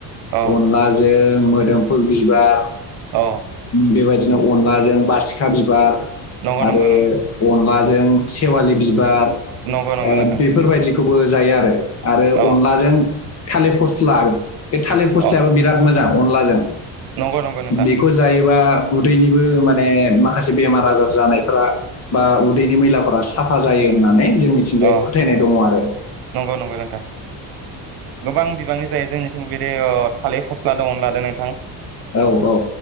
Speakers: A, on the right; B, on the left.
A: अ
B: अनलाजों मोदोमफु बिबार
A: अ
B: बेबायदिनो अनलाजों बासिखा बिबार
A: नंगौ
B: आरो
A: नंगौ नंगौ
B: अनलाजों सेवालि बिबार ओ
A: नंगौ नंगौ नोंथां
B: बेफोरबायदिखौ खौबो जायो आरो आरो
A: औ
B: अनलाजों थालिर फस्ला बे थालिर फस्लायाबो
A: अ
B: बिराद मोजां अनलाजों
A: नंगौ नंगौ नोंथां
B: बेखौ जायोबा उदैनिबो माने माखासे बेमार आजार जानाय फ्रा बा उदैनि मैलाफोरा साफा जायो होननानै जोंनिथिंजाय
A: अ
B: फोथायनाय दङ आरो
A: नंगौ नंगौ नोंथां गोबां बिबांनि जायो जोंनिथिंबो बेदि थालिर फस्ला दं अनला दं नोंथां
B: औ औ